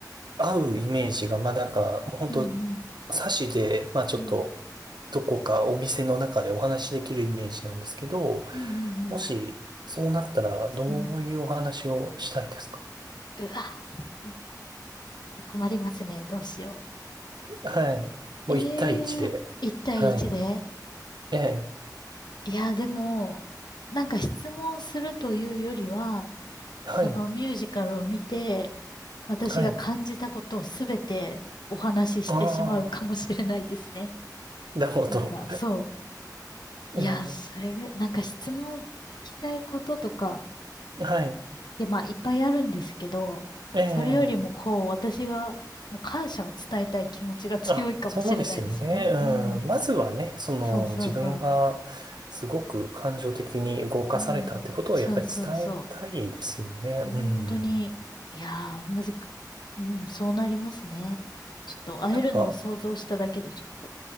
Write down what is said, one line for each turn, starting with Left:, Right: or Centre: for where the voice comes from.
Right: 合うイメージが、まあなんか、もう本当
Left: うん。うん。
Right: サしで、まあちょっと、
Left: うん。
Right: どこかお店の中でお話しできるイメージなんですけど、
Left: うん。うん。
Right: もし、そうなったら、どういうお話をしたいですか
Left: うんうわ、なんか困りますね。どうしよ
Right: はい。もう一対一で。
Left: う。ええ一対一で
Right: はい。ええ。
Left: いや、でも、なんか質問するというよりは、
Right: はい。
Left: そのミュージカルを見て、私が感じたことをすべてお話ししてしまうかもしれないですね。
Right: はい。ああ。なるほど。
Left: なんか、そう。
Right: え
Left: いや、それぐらい、なんか質問聞きたいこととか、
Right: え。はい。
Left: いや、まあ、いっぱいあるんですけど、
Right: ええ。
Left: それよりもこう、私が、もう感謝を伝えたい気持ちが <laughs> 強いかもしれないですね。
Right: あ、そうですよね。うん。
Left: うん。
Right: まずはね、その自分がすごく感情的に動かされたってことをやっぱり伝えたいですよね。
Left: そうそうそう。うん。そうそうそう。本当に、
Right: うん。
Left: いやー、むずく、うん、そうなりますね。ちょっと会えるのを想像しただけで、
Right: なんか、
Left: ちょっと